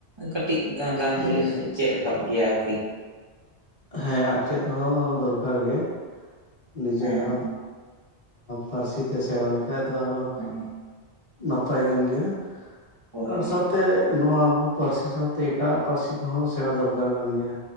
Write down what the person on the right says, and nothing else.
ᱠᱟᱹᱴᱤᱡ ᱜᱟᱸ ᱜᱟᱱ ᱫᱚᱞᱤᱧ ᱪᱮᱫ ᱟᱠᱟᱫ ᱜᱮᱭᱟ ᱟᱨᱠᱤ
ᱦᱮᱸ
ᱦᱮᱸ
ᱦᱳᱭ